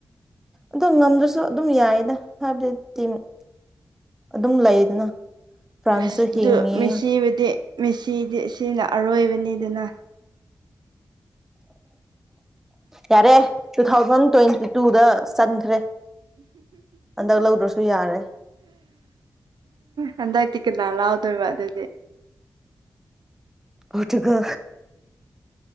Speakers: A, in the centre; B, on the right (about 75°).
A: ꯑꯗꯣ ꯉꯝꯗ꯭ꯔꯁꯨ ꯑꯗꯨꯝ ꯌꯥꯏꯌꯦꯗ ꯍꯥꯏꯕꯗꯤ ꯇꯤ ꯑꯗꯨꯝ ꯂꯩꯗꯅ ꯐ꯭ꯔꯥꯟꯁꯁꯨ
B: ꯑ
A: ꯍꯤꯡꯉꯤ
B: ꯃꯦꯁꯤꯕꯨꯗꯤꯦꯁꯤꯗꯤ ꯁꯤꯅ ꯑꯔꯣꯏꯕꯅꯤ ꯑꯗꯨꯅ
A: ꯌꯥꯔꯦ ꯇꯨ ꯊꯥꯎꯖꯟ ꯇ꯭ꯋꯦꯟꯇꯤ ꯇꯨꯗ ꯆꯟꯈ꯭ꯔꯦ ꯍꯟꯗꯛ ꯂꯧꯗ꯭ꯔꯁꯨ ꯌꯥꯔꯦ
B: ꯍꯟꯗꯛꯇꯤ ꯀꯅꯥ ꯂꯥꯛꯑꯣ ꯇꯕꯥꯗꯗꯤꯦ
A: ꯍꯧꯇꯒ